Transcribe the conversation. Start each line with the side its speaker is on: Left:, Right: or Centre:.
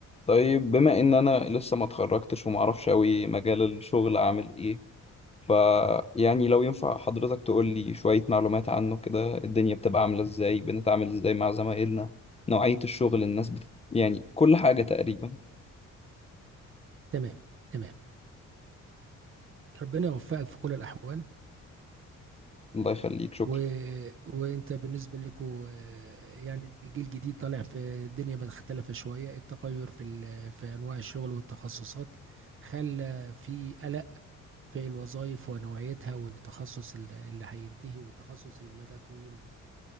Left: طيب بما ان انا لسه ما اتخرجتش وما اعرفش قوي مجال الشغل اعمل ايه ف يعني لو ينفع حضرتك تقول لي شوية معلومات عنه كده الدنيا بتبقى عاملة ازاي بنتعامل ازاي مع زمايلنا نوعية الشغل الناس بت... يعني كل حاجة تقريبا
Right: تمام تمام ربنا يوفقك في كل الأحوال
Left: الله يخليك شكرا
Right: و... وأنت بالنسبة لكم يعني جيل جديد طالع في الدنيا مختلفة شوية التغير في ال... في أنواع الشغل والتخصصات خلى في قلق في الوظائف ونوعيتها والتخصص اللي اللي هينتهي والتخصص اللي مدى طويل